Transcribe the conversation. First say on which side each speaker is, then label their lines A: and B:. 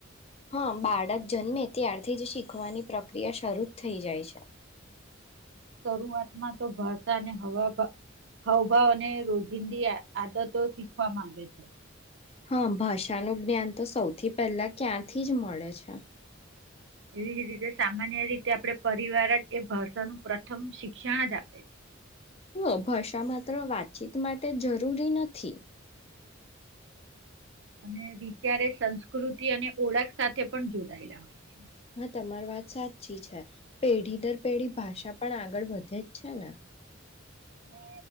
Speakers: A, on the left; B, on the right.
A: હા, બાળક જન્મે ત્યારથી જ શીખવાની પ્રક્રિયા શરૂ જ થઈ જાય છે.
B: શરૂઆતમાં તો ભાષાને હવા હાવભાવ અને રોજિંદી આદતો શીખવા માઞે છે.
A: હા, ભાષાનું જ્ઞાન તો સૌથી પહેલા ક્યાંથી જ મળે છે.
B: એવી જ રીતે સામાન્ય રીતે આપણે પરિવાર જ એ ભાષાનું પ્રથમ શિક્ષણ જ આપે છે.
A: હો, ભાષા માત્ર વાતચીત માટે જરૂરી નથી.
B: અને વિચારે સંસ્કૃતિ અને ઓળખ સાથે પણ જોડાયેલા હોય છે.
A: હા, તમારી વાત સાચી છે પેઢી દર પેઢી ભાષા પણ આગળ વધે જ છે ને.
B: છે. અને